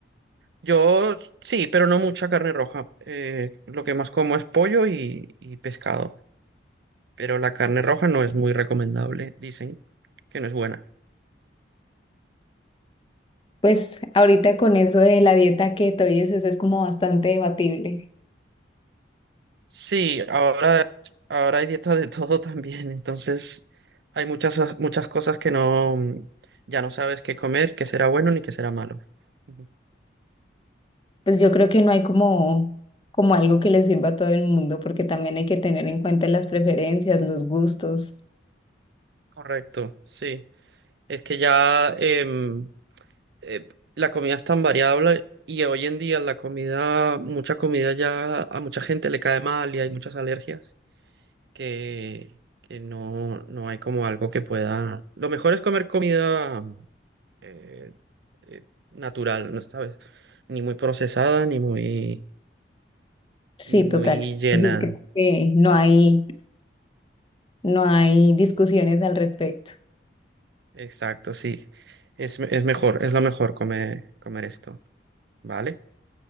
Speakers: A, on the right (about 60°); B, on the left (about 25°).
A: Yo sí, pero no mucha carne roja. Eh, lo que más como es pollo y, y pescado, pero la carne roja no es muy recomendable, dicen que no es buena.
B: Pues ahorita con eso de la dieta keto y eso, eso es como bastante debatible.
A: Sí, ahora, ahora hay dietas de <laughs> todo también, entonces hay muchas, muchas cosas que no, mm, ya no sabes qué comer, qué será bueno ni qué será malo. Ujú.
B: Pues yo creo que no hay como, como algo que le sirva a todo el mundo, porque también hay que tener en cuenta las preferencias, los gustos.
A: Correcto, sí. Es que ya, em, eh, la comida es tan variable y hoy en día la comida, mucha comida ya a mucha gente le cae mal y hay muchas alergias que, que no, no hay como algo que pueda... Lo mejor es comer comida eh, eh, natural, ¿no sabes? Ni muy procesada, ni muy,
B: Sí,
A: ni muy
B: total.
A: llena.
B: Eso Sí, creo que no hay, no hay discusiones al respecto.
A: Exacto, sí. Es, es mejor, es lo mejor comer, comer esto, ¿vale?